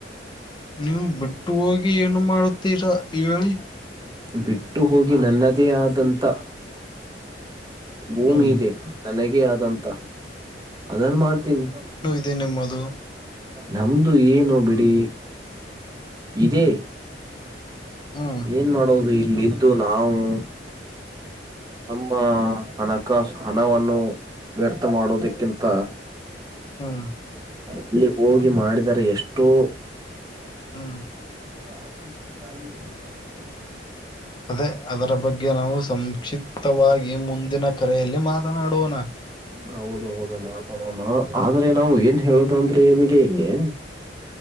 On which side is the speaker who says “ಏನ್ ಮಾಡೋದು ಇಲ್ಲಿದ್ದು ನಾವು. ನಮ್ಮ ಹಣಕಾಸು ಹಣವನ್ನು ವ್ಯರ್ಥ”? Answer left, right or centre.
Right